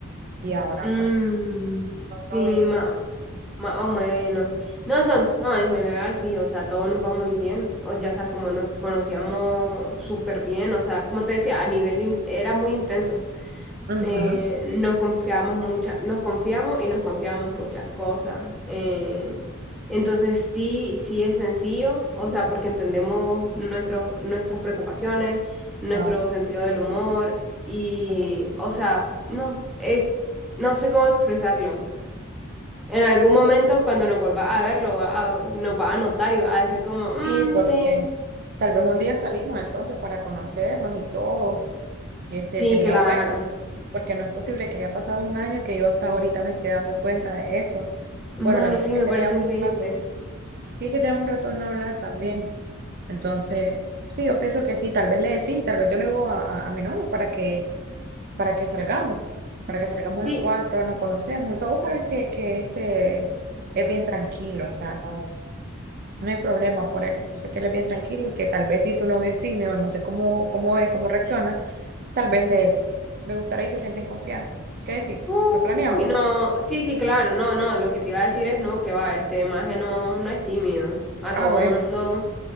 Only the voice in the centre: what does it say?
Mm,
sí,
más, más o menos. No, son, no, en general sí, o sea, todo nos va muy bien. O ya sabes, como nos conocíamos súper bien, o sea, como te decía, a nivel in- era muy intenso.
eh, nos confiamos mucha, nos confiamos y nos confiamos muchas cosas. eh, entonces sí, sí es sencillo, o sea, porque entendemos nuestros, nuestras preocupaciones, nuestro
sentido del humor y,
o sea, no, eh, no sé cómo expresarlo. En algún momento cuando nos vuelva a verlo, va a- nos va a notar y va a decir como, "Mm,
sí,
sí,
claro.
Mae,
sí,
me
parece increíble.
Sí,
Uy,
no, sí, sí, claro, no, no, lo que te iba a decir es no, que va, este maje no, no es tímido. A
todo
mundo,